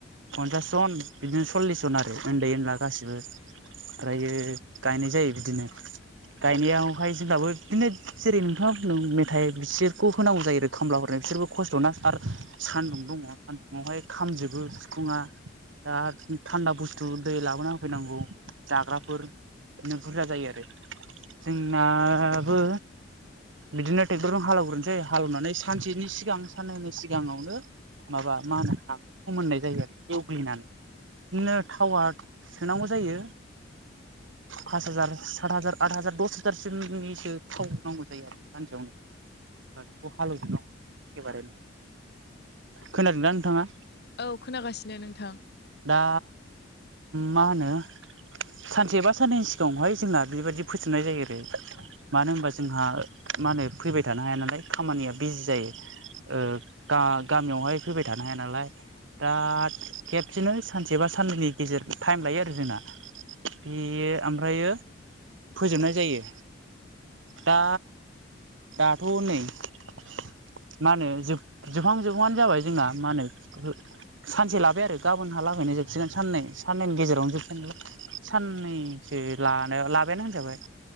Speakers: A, on the right; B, on the left.
A: फन्सास जन बिदिनो सल्लिस जन आरो उन्दै उनला गासिबो। ओमफ्रायो गायनाय जायो बिदिनो गायनायाव बेहाय जोंबाबो बिदिनो जेरै नोंथाङा मेथाइ बिसोरखौ होनांगौ जायो आरो खामला हरनाय बिसोरखौ खस्थ'ना आरो सान्दुं दङ सान्दुुंआवहाय खामजोबो सिफुङ दा थान्दा बुस्थु दै लाबोना होफैनांगौ जाग्राफोर। बिदिनो बुरजा जायो आरो। नाबो बिदिनो ट्रेक्टरजों हालौग्रोनोसै हालेवनानै सानसेनि सिगां साननैै सिगाङावनो माबा मा होन हाखौ फोमोननाय जायो आरो एवग्लिनानै बिदिनो टावार सोनांगौ जायो। फास हाजार सात हाजार आ हाजार दस हथारसोनिसो थाव नांगौ जायो आरो सानसेयावनो। खौ हालेवदन एबारैनो खोनादोंना नोंथाङा?
B: औ खोनागासिनो नोंथां।
A: दा मा होनो सानसे बा साननैनि सिगाङावहाय जोंना बेबायदि फोसोबनाय जायो आरो मानो होनबा जोंहा मा होनो फैबाय थानो हाया नालाय खामानिया बिजि जायो। गामियावहाय फैबाय थानो हाया नालाय। दा खेबसेनो सानसे बा साननैनि गेजेर टाइम लायो आरो जोंना। बेयो ओमफ्र फोजोबनाय जायो। दा दाथ' नै मा होनो ज जोबहां जोबहांनो जाबाय जोंहा मा होनो सानसे लाबाय आरो गाबोनहा लागैनो जोबसिगोन साननै साननैनि गेजेरावनो जोबसिगोनलाय साननैसो लानाय लाबायना होनजाबाय